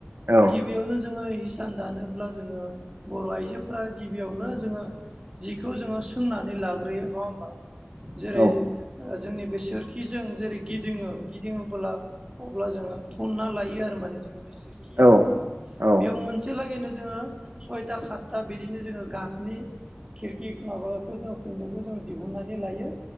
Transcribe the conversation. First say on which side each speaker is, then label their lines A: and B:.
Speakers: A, on the right; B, on the right.
A: औ
B: गिबियावनो जोङो हिसान दानोब्ला जोङो बर' आइजोफोरा गिबि गिबियावनो जोङो जिखौ जोङो सोंनानै लाग्रोयो नङा होमबा जेरै
A: औ
B: जोंनि बेसोर खिजों जेरै गिदिङो गिदिङोबो्ला अब्ला जोङो थुनना लायो आरो माने जोंनि बे सोरखि बेयाव
A: औ औ
B: मोनसे लागैनो जोङो सयथा सातथा बिदिनो जोंङो गाबनि खिरखि माबाखौ जो खुन्दुंखौ जोङो दिहुननानै लायो